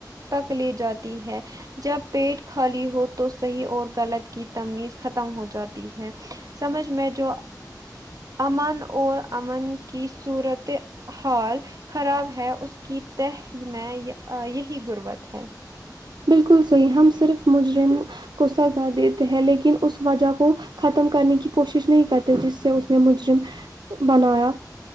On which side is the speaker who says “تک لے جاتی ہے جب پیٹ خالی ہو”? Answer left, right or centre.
Right